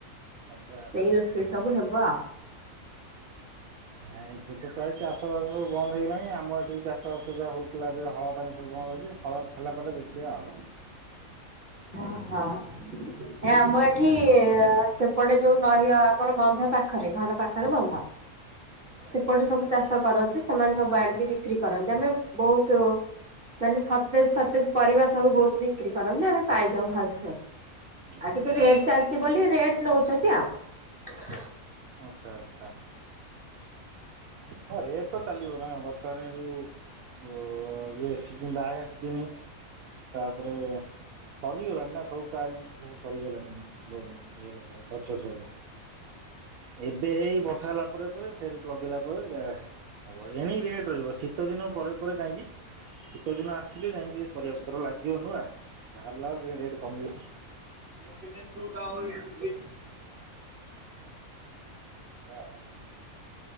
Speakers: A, on the right; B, on the right.
A: ଆଚ୍ଛା ଆଚ୍ଛା
B: ସେଇ ରୋଷେଇ ସବୁ ହେବ ଆଉ।
A: ନାଇଁ ଦୁକେ ପ୍ରାୟ ଚାଷ ବାସ ସବୁ ବନ୍ଦ ହେଇଗଲାଣି ଆମ ଏଠି ବି ଚାଷ ବାସ ଯାହା ହଉଥିଲା ଏବେ ହଳ ପାଇଁ ସବୁ ବନ୍ଦ ଅଛି ହଳ ହେଲା ପରେ ଦେଖିବା ଆଉ।
B: ହେ ଆମ ଏଠି ସେପଟେ ଯୋଉ ନଈ ଆମର ବନ୍ଧ ପାଖରେ ଘର ପାଖରେ ବନ୍ଧ ସେପଟେ ସବୁ ଚାଷ କରନ୍ତି ସେମାନେ ସବୁ ଆଣିକି ବିକ୍ରି କରନ୍ତି ଆମେ ବହୁତ ମାନେ ସତେଜ ସତେଜ ପରିବା ସବୁ ବହୁତ ବିକ୍ରି କରନ୍ତି। ଆମେ ପାଇଯାଉ ଭଲସେ।
A: ଆଚ୍ଛା
B: ଆଉ ଟିକେ ରେଟ୍
A: ଆଚ୍ଛା
B: ଚାଲିଛି ବୋଲି ରେଟ୍ ନୋଉଛନ୍ତି ଆଉ।
A: ଆଚ୍ଛା ଆଚ୍ଛା। ହଁ ରେଟ୍ ତ ଚାଲିବ ନା ବର୍ତ୍ତମାନ ଯୋଉ ଉ ଉ ଇଏ ସିଜିନ ବାହାଘର ସିଜିନି ତାପରେ ସରିଗଲାଣି ନା ସବୁ ପ୍ରାୟ ଜିନିଷ ସବୁ ସରିଗଲାଣି ଇଏ ସବୁ ଗଛ ସବୁ ଏବେ ହେଇ ବର୍ଷା ହେଲା। ପରେ ପରେ ଫେର ତ ଲଗେଇ। ପରିବା ହବ ଏଣିକି ରେଟ୍ ରହିବ ଶୀତ ଦିନ ପରେ ପରେ ଯାଇକି ଶୀତଦିନ ଆସିଲେ ଯାଇଙ୍କି ପରିବାପତ୍ର ଲାଗିବ ନୂଆଁ। ବାହାରଲାରୁ ରେଟ କମିବ।
B: <inaudible>
A: ହଁ।